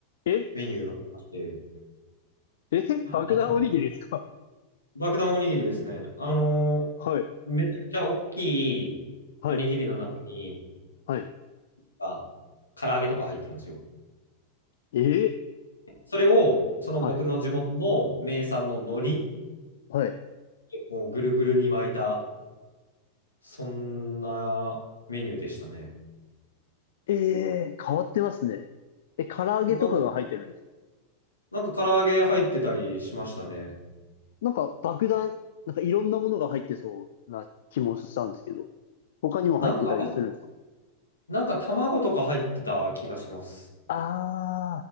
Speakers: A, on the left; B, on the left.
A: え
B: メニューがありまして、
A: <laughs> え爆弾おにぎりですか
B: あ、爆弾おにぎりですね。あの
A: はい。
B: ー、めちゃくちゃ大きいおにぎりの中に、
A: はい。はい。
B: あ、唐揚げとか入ってるんですよ。
A: え
B: それを、その僕の地元の名産の海苔
A: はい。はい。
B: をぐるぐるに巻いた、そんなメニューでしたね。
A: えー、変わってますね。え、唐揚げとかが入ってるんです。
B: ななんか唐揚げ入ってたりしましたね。
A: なんか爆弾、なんかいろんなものが入ってそうな気もしたんですけど、他にも入ってたりするんですか
B: なんか入っ、なんか卵とか入ってた気がします。
A: あ